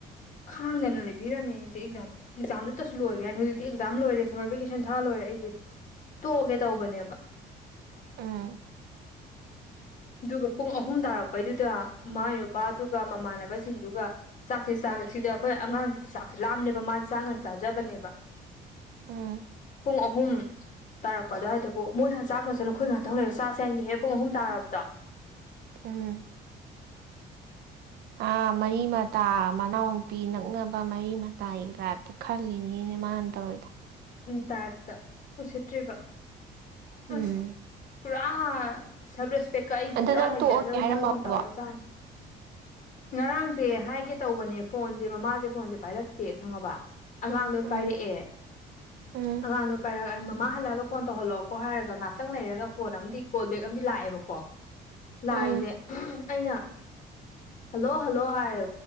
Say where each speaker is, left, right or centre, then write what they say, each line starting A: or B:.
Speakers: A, on the left; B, on the right.
A: ꯈꯥꯡꯗꯅ ꯂꯩꯕꯤꯔꯝꯃꯦ ꯑꯩꯁꯦ ꯑꯦꯛꯖꯥꯝ ꯑꯦꯛꯖꯥꯝꯗꯨꯇꯁꯨ ꯂꯣꯏꯒꯦ ꯍꯥꯏꯅ ꯍꯧꯖꯤꯛꯇꯤ ꯑꯦꯛꯖꯥꯝ ꯂꯣꯢꯔꯦ ꯁꯃꯔ ꯚꯦꯀꯦꯁꯟ ꯊꯥ ꯂꯣꯏꯔꯦ ꯑꯩꯗꯤ ꯇꯣꯛꯑꯒꯦ ꯇꯧꯕꯅꯦꯕ
B: ꯎꯝ
A: ꯑꯗꯨꯒ ꯄꯨꯡ ꯑꯍꯨꯝ ꯇꯥꯔꯛꯄꯩꯗꯨꯗ ꯃꯥꯏ ꯅꯨꯄꯥꯗꯨꯒ ꯃꯃꯥꯟꯅꯕꯁꯤꯡꯗꯨꯒ ꯆꯥꯛꯁꯦ ꯆꯥꯛꯁꯦ ꯁꯤꯗ ꯑꯩꯈꯣꯏ ꯑꯉꯥꯡꯁꯤꯗꯤ ꯆꯥꯛꯁꯦ ꯂꯥꯝꯅꯦꯕ ꯃꯥꯁꯦ ꯆꯥꯡꯉꯟꯁꯦ ꯆꯥꯖꯕꯅꯦꯕ
B: ꯎꯝ
A: ꯄꯨꯡ ꯑꯍꯨꯝ ꯇꯥꯔꯛꯄꯗ ꯍꯥꯏ ꯑꯗꯨꯕꯨ ꯃꯣꯏ ꯍꯥꯟ ꯆꯈ꯭ꯔꯁꯨꯅ ꯅꯈꯣꯏ ꯉꯥꯏꯥꯛꯇ ꯂꯩꯔ ꯆꯥꯁꯦ ꯍꯥꯏꯅꯤ ꯍ ꯄꯨꯡ ꯑꯍ ꯇꯥꯔꯕꯗꯣ
B: ꯎꯝ ꯑꯥ ꯃꯔꯤ ꯃꯇꯥ ꯃꯅꯥꯎꯨꯄꯤ ꯅꯛꯅꯕ ꯃꯔꯤ ꯃꯇꯥꯗ꯭ꯔꯥꯠꯇ ꯈꯜꯂꯤꯅꯦꯅꯦ ꯃꯥꯅ ꯇꯧꯔꯤꯗ
A: ꯎ ꯇꯥꯏꯞꯇ ꯎꯁꯤꯠꯇ꯭ꯔꯤꯕ
B: ꯎꯝ
A: ꯑꯁ ꯄꯨꯔꯥ ꯁꯦꯜꯞ ꯔꯦꯁꯄꯦꯛꯀ ꯑꯩꯁꯦ
B: ꯑꯗꯨ
A: ꯄꯨꯔꯥ
B: ꯅꯪ
A: ꯂꯩꯖꯗ꯭ꯔꯕꯒꯤ
B: ꯇꯣꯛꯑꯒꯦ ꯍꯥꯏꯔꯝꯃꯕꯣ
A: ꯃꯑꯣꯡ ꯑꯃ ꯇꯧꯔꯖꯥꯠꯅꯤ ꯉꯔꯥꯡꯁꯦ ꯍꯥꯏꯒꯦ ꯇꯧꯕꯅꯦ ꯐꯣꯟꯁꯦ ꯃꯃꯥꯁꯦ ꯐꯣꯟꯁꯦ ꯄꯥꯏꯔꯛꯇꯦ ꯈꯪꯉꯕ ꯑꯉꯥꯡꯗꯣ
B: ꯎꯝ
A: ꯄꯥꯏꯔꯛꯑꯦ
B: ꯎꯝ
A: ꯑꯉꯥꯡꯗꯣ ꯄꯥꯏꯔꯛ ꯃꯃꯥ ꯍꯜꯂꯛꯑꯒ ꯐꯣꯟ ꯇꯧꯍꯜꯂꯛꯑꯣꯀꯣ ꯍꯥꯏꯔꯒ ꯉꯍꯥꯛꯇꯪ ꯂꯩꯔꯒ ꯐꯣꯟ ꯑꯃꯗꯤ ꯀꯣꯜꯕꯦꯛ ꯑꯃꯗꯤ ꯂꯥꯛꯑꯦꯕꯀꯣ ꯂꯥꯛꯏꯁꯦ
B: ꯎꯝ
A: ꯑꯩꯅ ꯍꯜꯂꯣ ꯍꯜꯂꯣ ꯍꯥꯏ